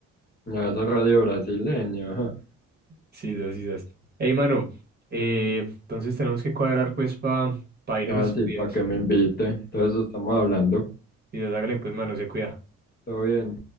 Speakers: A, on the left; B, on the right.
A: Ya esa radio brasileña, ajá.
B: Sí, sí, sí. sí. Ey, mano, eh, entonces tenemos que cuadrar pues para ir
A: Ah,
B: en estos
A: sí,
B: días.
A: para que me invite. Entonces estamos hablando.
B: Y hágale pues, mano, se cuida.
A: Todo bien.